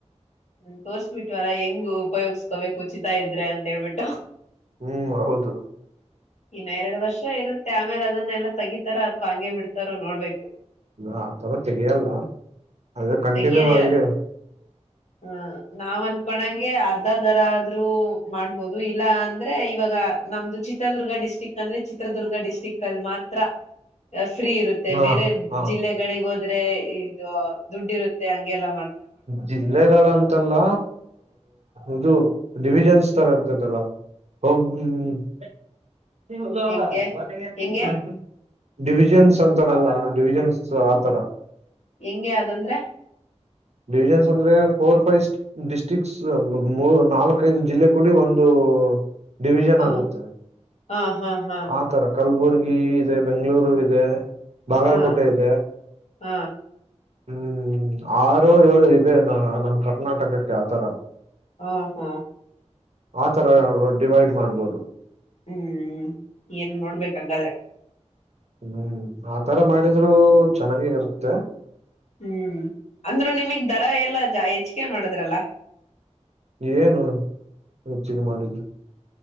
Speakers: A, on the left; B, on the right.
A: ಹ್ಮ ತೋರ್ಸ್ಬಿಟ್ವಲ್ಲಾ ಹೆಂಗ್ ಉಪಯೋಗಸ್ಕೋಬೇಕು ಉಚಿತ ಇದ್ರೆ ಅಂತ ಹೇಳ್ಬಿಟ್ಟು
B: ಹ್ಮ್ ಹೌದು
A: ಇನ್ನ ಎರಡು ವರ್ಷ ಇರುತ್ತೆ ಆಮೇಲೆ ಅದನ್ನ ಎಲ್ಲಾ ತಗೀತಾರ ಅಥವಾ ಹಂಗೆ ಬಿಡ್ತಾರೋ ನೋಡ್ಬೇಕು
B: ಆತರ ತೆೆಗೆಯಲ್ಲ ಅ್ರ ಕಂಟಿನ್ಯೂ
A: ತೆಗಿಯದಿಲ್ಲ
B: ಆಗಿದೆ
A: ಹ ನಾವ್ ಅನ್ಕೊಂಡಂಗೆ ಅರ್ಧದರ ಆದ್ರರು ಮಾಡ್ಬೋದು ಇಲ್ಲ ಅಂದ್ರೆ ಇವಾಗ ನಮ್ದು ಚಿತ್ರದುರ್ಗ ಡಿಸ್ಟಿಕ್ ಅಂದ್ರೆ ಚಿತ್ರದುರ್ಗ ಡಿಸ್ಟ್ರಿಕ್ ಅಲ್ಲಿ ಮಾತ್ರ ಫ್ರೀ ಇರುತ್ತೆ
B: ಹಾ
A: ಬೇರೆ
B: ಹಾ
A: ಜಿಲ್ಲೆಗಳಿಗೆ ಹೋದ್ರೆ ಇದು ದುಡ್ಡಿ ಇರುತ್ತೆ ಹಂಗೆಲ್ಲ
B: ಜಿಲ್ಲೆಗಳ ಇಲ್ಲ ಇದು ಡಿವಿಜನ್ಸ್ ತರ ಇತೈತಲ್ಲ <unintelligible>
A: ಹೆಂಗೆ ಹೆಂಗೆ
B: ಡಿವಿಜನ್ಸ್ ಅಂತಾರಲ್ಲ ಡಿವಿಜನ್ಸ್ ಆತರ
A: ಹೆಂಗೆ ಅದಂದ್ರೆ
B: ಡಿವಿಜನ್ಸ್ ಅಂದ್ರೆ ಫೋರ್ ಫೈವ್ ಡಿಸ್ಟ್ರಿಕ್ಸ್ ಮೂ ನಾಲ್ಕೈದು ಜಿಲ್ಲೆ ಕೂಡಿ ಒಂದು
A: <inaudible>
B: ಡಿವಿಷನ್
A: ಹ್ಮ್
B: ಆಗುತ್ತೆ
A: ಹಾ ಹಾ ಹಾ
B: ಆತರ ಕಲಬುರ್ಗಿ ಇದೆ ಬೆಂಗ್ಳೂರು ಇದೆ ಬಾಗಲಕೋಟೆ
A: ಹಾ
B: ಇದೆ
A: ಹ
B: ಹ್ಮ್ ಆರು ಏಳೋ ಇದೆ ನ ನಮ್ ಕರ್ನಾಟಕಕ್ಕೆ ಆತರ
A: ಹ ಹಾ
B: ಆತರ ಡಿವೈಡ್ ಮಾಡ್ಬೋದು
A: ಹ್ಮ್ ಏನ್ ನೋಡಬೇಕು ಹಂಗಾದ್ರೆ
B: ಹ್ಮ್ ಆತರ ಮಾಡಿದ್ರು ಚೆನ್ನಾಗಿ ಇರುತ್ತೆ
A: ಹ್ಮ್ ಅಂದ್ರರು ನಿಮಗ್ ದರ ಎಲ್ಲಾ ಜ ಹೆಚ್ಚಿಕೆ ಮಾಡದ್ರಲ್ಲ
B: ಏನು ರುಚಿಗೆ ಮಾಡಿದರು